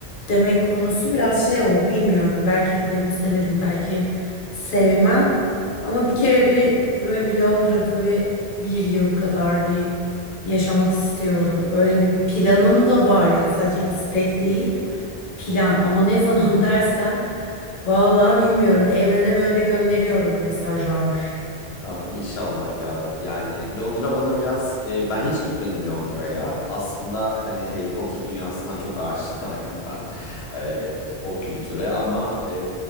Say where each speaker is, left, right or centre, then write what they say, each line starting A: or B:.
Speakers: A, on the left; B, on the left.
A: demek konusu biraz şey olur bilmiyorum. Belki giderim severim belki sevmem. Ama bir kere bir böyle bir Londra'da bir bir yıl kadar bir yaşamak istiyorum. Öyle bir planım da var yani sadece istek değil plan ama ne zaman <laughs> dersen vallahi bilmiyorum evrene böyle gönderiyorum mesajlar.
B: Aa, inşallah ya. Yani Londra bana biraz e, ben hiç gitmedim Londra'ya. Aslında hani Harry Potter dünyasından çok aşinayım ben <laughs> e, o kültüre ama e,